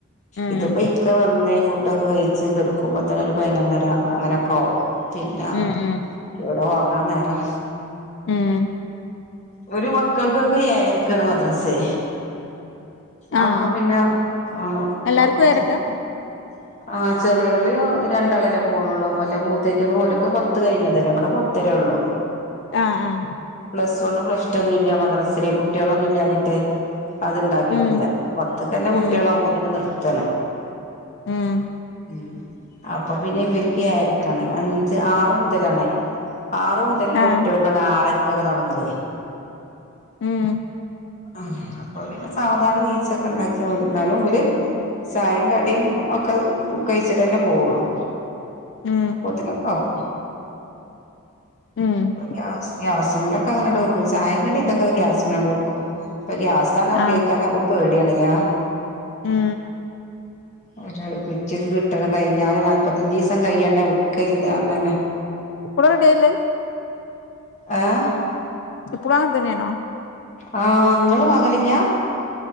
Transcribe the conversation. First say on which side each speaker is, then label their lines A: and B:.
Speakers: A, on the left; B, on the left.
A: ഉം
B: ഇതിപ്പ ഇ ക്ക വന്ന് ഫുഡൊക്കെ കഴിച്ച് കെടക്കുമ്പൊത്തന്നൊരു പയിനൊന്നര അങ്ങനൊക്കാവും പിന്ന
A: ഉം ഉം
B: ഇവിടെ ഒറങ്ങാന്നേരം
A: ഉം
B: വ്‌ടെ മക്കൾക്കൊക്കെ ഏഴര്ക്കാണ് മദ്രസേ അപ്പൊ
A: ആഹ്
B: പിന്നെ ആഹ്
A: എല്ലാർക്കും
B: അപ്പോത്തിനൊക്കെ
A: ഏഴരക്കാ
B: ആ ചെറിയാളി രണ്ടാളല്ലേ പോണൊള്ളൂ വല്യ മൂത്തയ്റ്റങ്ങള് ഓലൊക്കെ പത്ത് കയിഞ്ഞതല്ലേ ഇവിടെ പത്തരേയുള്ളൂ <unintelligible>
A: ആഹ് ആഹ്
B: പ്ലസ് വണ്ണും പ്ലസ് ടൂഒന്നുല്ല മദ്രസിലെ കുട്ടികളൊന്നും ഇല്ലാഞ്ഞിട്ടേ അത്ണ്ടാക്കീട്ടില്ല
A: ഉം
B: പത്ത്ക്കന്നെ
A: ഉം
B: കുട്ടികളാകുമ്പൊത്തന്നെ നിർത്താണ്
A: ഉം
B: മ് അപ്പൊപ്പിന്നെ ഇവര്ക്ക് ഏഴര ക്കാണ് അഞ്ച് ആറ് മുതലാണ് ആറ് മു തലുള്ള
A: ആഹ്
B: കുട്ടികൾക്കാണ് ആറരക്കൊക്കെ തൊടങ്ങല്
A: ഉം
B: ആഹ് അപ്പൊ സാവധാനം എണീ ച്ചൊക്കൊണ്ടാക്കിയമതി എന്നാലും ഇവര് ചായേം കടിയും ഒക്കെ കഴിച്ചിട്ടന്നെ പോവോള്ളു
A: ഉം
B: അപ്പോത്തിനൊക്കാകും
A: ഉം
B: ഗ്യാസ് ഗ്യാസ്മ്മെലെ ക്കങ്ങട്ട് വെക്കും ചായേം കടിം ഇതൊക്കെ ഗ്യാസ്മ്മേലങ്ങ്ട്ട് വെക്കും ഇപ്പൊ ഗ്യാസാണ് ഉപയോഗിക്കാറ്
A: ആഹ്
B: അതും പേടിയാണ്ല്ലേ
A: ആഹ്
B: ഒരു കുറ്റിയൊക്കെ കിട്ടണ കഴിഞ്ഞാല് നാല്പത്തഞ്ചിസം കയ്യണ്ടേ ബുക്കെയ്താ തന്നെ
A: ഇപ്പളും റെഡിയായില്ലേ
B: ആഹ്
A: ഇപ്പളും അങ്ങനെതന്നെയാണോ
B: ആഹ് ഇങ്ങള് വാങ്ങലില്ലാ